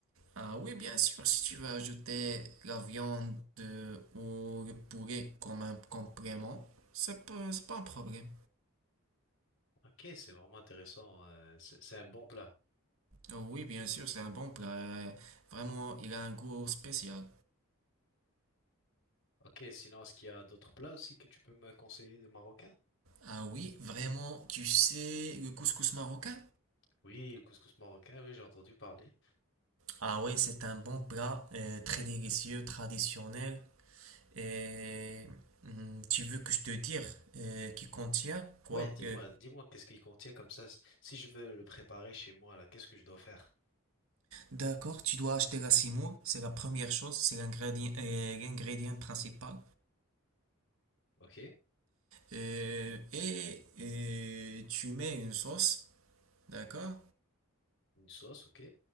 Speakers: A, on the right; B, on the left.
A: Ah oui, bien sûr, si tu veux ajouter la viande euh, ou le poulet comme un complément, ça peut- c'est pas un problème.
B: Ok, c'est vraiment intéressant. euh, c'est c'est un bon plat.
A: Ah oui, bien sûr, c'est un bon plat. euh, Vraiment, il a un goût spécial.
B: Ok, sinon, est-ce qu'il y a d'autres plats aussi que tu peux me conseiller de marocains?
A: Ah oui, vraiment, tu sais le couscous marocain?
B: Oui, le couscous marocain, oui, j'ai entendu parler.
A: Ah ouais, c'est un bon plat, euh, très délicieux, traditionnel. Et hum, tu veux que je te dise euh, qui contient quoi,
B: Ouais, dis-moi,
A: euh,
B: dis-moi qu'est-ce qu'il contient comme ça. Si je veux le préparer chez moi, là, qu'est-ce que je dois faire?
A: D'accord, tu dois acheter la semoule, c'est la première chose, c'est l'ingrédient euh, l'ingrédient principal.
B: Ok,
A: Euh, et euh, tu mets une sauce, d'accord?
B: une sauce, ok.